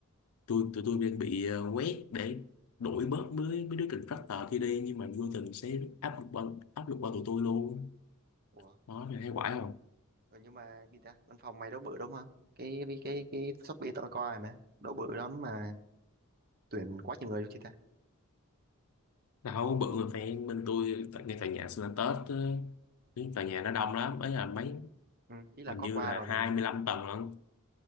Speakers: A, on the left (about 75°); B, on the right (about 45°).
A: tôi tụi tôi đang bị ờ, quét để đuổi bớt mấy mấy đứa contractor kia đi nhưng mà vô tình sẽ áp lực qua áp lực qua tụi tôi luôn
B: ủa
A: đó mày thấy quải không
B: ừ, nhưng mà gì ta văn phòng mày đâu bự đâu mà cái cái cái, cái Shopee tao coi rồi mà đâu bự lắm mà tuyển quá trời người luôn chị ta
A: đâu bự người fan bên tôi tại- ngay tòa nhà sinh là Tết ờ, cái tòa nhà nó đông lắm ấy là mấy
B: ừ, ý là
A: hình
B: có
A: như
B: qua
A: là
B: rồi mà
A: hai mươi lăm tầng lận